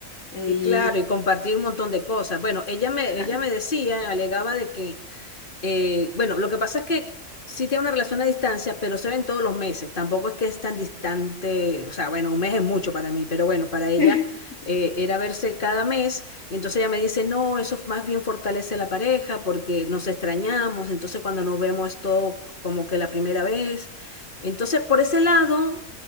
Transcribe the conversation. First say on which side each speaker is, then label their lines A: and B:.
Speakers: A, on the left; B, on the left.
A: Eh,
B: Y
A: y...
B: claro, y compartir un montón de cosas. Bueno, ella me,
A: Ajá.
B: ella me decía, alegaba de que Eh, bueno, lo que pasa es que sí tiene una relación a distancia, pero se ven todos los meses. Tampoco es que es tan distante, o sea, bueno, un mes es mucho para mí, pero bueno, para ella
A: <laughs>
B: eh, era verse cada mes. Y entonces ella me dice, no, eso más bien fortalece la pareja porque nos extrañamos. Entonces cuando nos vemos es todo como que la primera vez. Entonces por ese lado